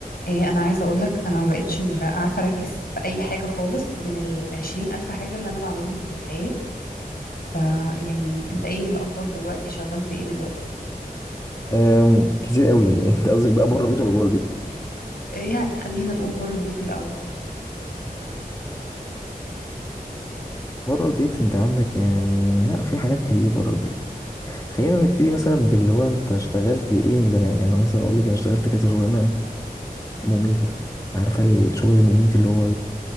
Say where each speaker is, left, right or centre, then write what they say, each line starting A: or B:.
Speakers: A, on the left; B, on the left.
A: إيه انا عايزه اقول لك انا ما بقتش مر- عارفه اركز في اي حاجه خالص من العشرين الف حاجه اللي انا بعملهم في الحياه فيعني
B: مم.
A: انت ايه الاخبار دلوقتي شغال في ايه دلوقتي
B: أم، كتير قوي <laughs> انت قصدك بقى بره البيت ولا جوه البيت
A: إيه يعني خلينا نقول بره البيت الاول
B: بره البيت انت عندك يعني لا في حاجات كتير بره البيت خلينا نبتدي مثلا باللي هو انت اشتغلت ايه من زمان يعني انا مثلا اقول لك انا اشتغلت كذا شغلانه مميته عارفه الشغل المميت اللي هو